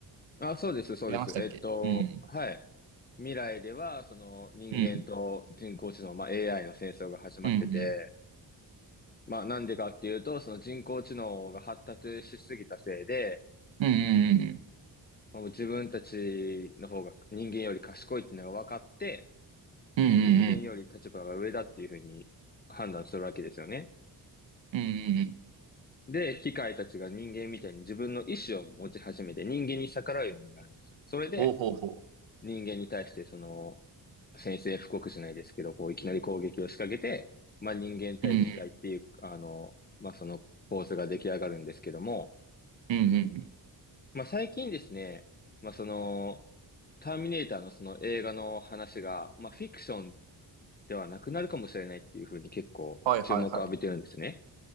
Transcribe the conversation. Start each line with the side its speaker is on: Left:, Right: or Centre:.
Left: あ、そうです、そうです。
Right: 違いましたっけうん。
Left: えっと、はい。未来では、その人間と人工知能、
Right: うん。
Left: まあ、AI の戦争が始まってて、
Right: うん。
Left: まあなんでかっていうと、その人工知能が発達しすぎたせいで、
Right: うん。うん。
Left: もう自分たちの方が人間より賢いっていうのが分かって、
Right: うん。
Left: もう人間より立場が上だっていうふうに判断するわけですよね。
Right: うん。うん。うん。うん。うん
Left: で、機械たちが人間みたいに自分の意志を持ち始めて人間に逆らうようになるんです。それで
Right: ほうほうほ
Left: 人間に対してその宣戦布告じゃないですけど、こういきなり攻撃を仕掛けて、まあ人間対機械っていう、
Right: う。うん。
Left: あの、まあその構図が出来上がるんですけども、
Right: うん。うん。うん
Left: まあ、最近ですね、まあ、その、ターミネーターのその映画の話が、まあ、フィクションではなくなるかもしれないっていうふうに結構注目を浴びてるんですね。
Right: はいはいはい。